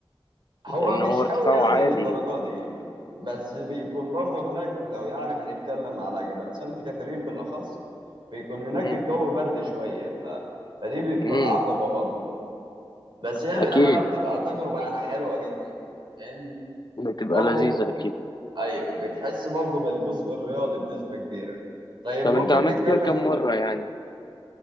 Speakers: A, on the right; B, on the left.
A: هو
B: لان
A: مش
B: هو
A: قوي
B: ارتفاعه
A: يعني
B: عالي
A: للدرجة دي بس بيكون برضه هناك لو يعني هنتكلم على جبل سانت كاترين بالأخص بيكون هناك
B: مم.
A: الجو برد شوية ف... فدي بتكون
B: مم.
A: عقبة برضه بس هي للأمانة
B: اكيد
A: بتبقى تجربة يعني حلوة جدا فاهمني
B: بتبقى
A: وبرضه
B: لذيذة اكيد
A: أيوه بتحس برضه بالجزء الرياضي بنسبة كبيرة طيب
B: طب
A: ممكن
B: انت عملت
A: نتكلم
B: كده كم مرة يعني